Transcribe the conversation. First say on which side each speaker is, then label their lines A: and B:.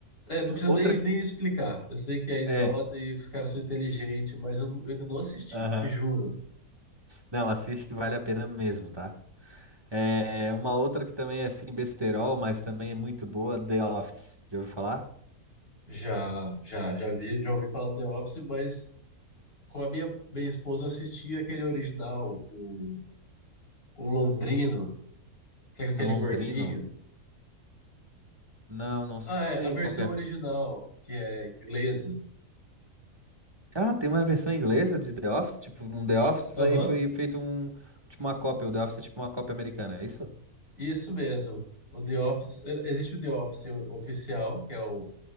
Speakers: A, on the left; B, on the right.
A: É, não precisa
B: Outra
A: nem,
B: que.
A: nem explicar. Eu sei que é idiota
B: É.
A: e que os caras são inteligentes, mas eu, não- eu ainda não assisti,
B: Aham.
A: te juro.
B: Não, assiste que vale a pena mesmo, tá? É uma outra que também é assim, besterol, mas também é muito boa. The Office. Já ouviu falar?
A: Já, já, já vi, já ouvi falar do The Office, mas com a minha, minha esposa assistir aquele original, o, o Londrino, que é com aquele
B: Londrino.
A: gordinho.
B: Não, não sei
A: Ah, é, a versão
B: qual que é.
A: original, que é inglesa.
B: Ah, tem uma versão inglesa de The Office? Tipo, um The Office
A: Aham,
B: aí foi feito um. Tipo uma cópia. O The Office é tipo uma cópia americana, é isso?
A: isso mesmo. O The Office, eh, existe o The Office oficial, que é o,